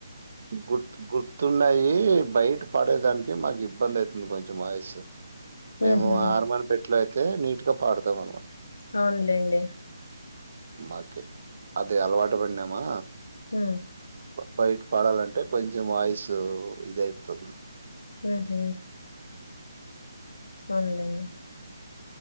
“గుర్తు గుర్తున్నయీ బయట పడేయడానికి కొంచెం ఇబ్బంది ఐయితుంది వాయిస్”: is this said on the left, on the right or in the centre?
Right